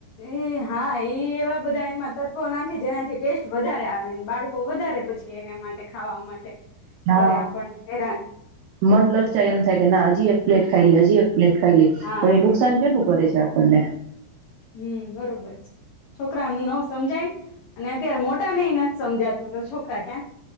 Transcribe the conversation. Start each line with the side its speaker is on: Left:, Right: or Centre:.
Left: એ હા એ એવા બધા એમાં તત્વો નાખે જેનાથી ટેસ્ટ વધારે આવે બાળકો વધારે પછી એના માટે ખાવા માટે
Right: હા,
Left: કરે આપણને હેરાન
Right: મન લલચાય એમ થાય કે ના જી એક પ્લેટ ખાઈ લે હજી એક પ્લેટ ખાઈલી
Left: હા
Right: પણ એ નુકસાન કેટલું કરે છે. જા આપણને.
Left: હમ્મ, બરોબર છે. છોકરા ને નો સમજાય અને અત્યારે મોટા નનહી નથ સમજાતું તો છોકરા ક્યાં